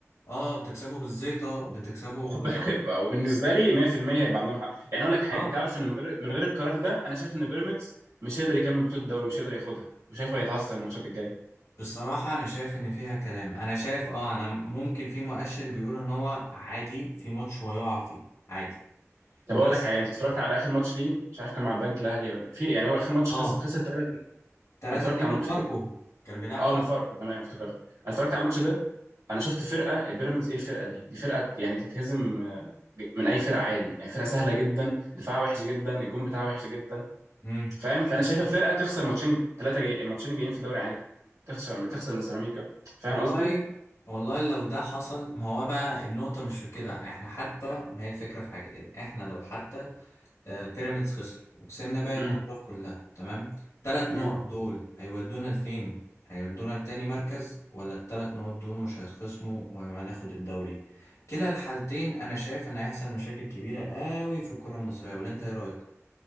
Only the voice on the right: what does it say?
<laughs> خد
بالك يبقى- وبالنسبة لي 100% هيبقى عندهم حق يعني اقول لك حاجة
تعرف ان من غير من غير القرار ده انا شايف ان بيراميدز مش هيقدر يكمل بطولة الدوري ومش هيقدر ياخدها وشايفه هيتعثر الماتشات الجاية
طب
اقول لك حاجه انت اتفرجت على اخر ماتش ليه مش عارف كان مع البنك الاهلي ولا في يعني هو اخر ماتش
خسر خسر 3 انا
اتفرجت
على
الماتش
ده.
اه
من فاركو تمام افتكرت انا اتفرجت على الماتش ده انا شفت فرقه بيراميدز ايه الفرقه دي دي فرقه يعني تتهزم آه، ج- من اي فرقه عادي يعني فرقه سهله جدا دفاعها وحش جدا الجون بتاعها وحش جدا
فاهم فانا شايفه فرقه تخسر ماتشين ثلاثه جاي الماتشين الجايين في الدوري عادي تخسر تخسر من سيراميكا فاهم
قصدي
امم
امم.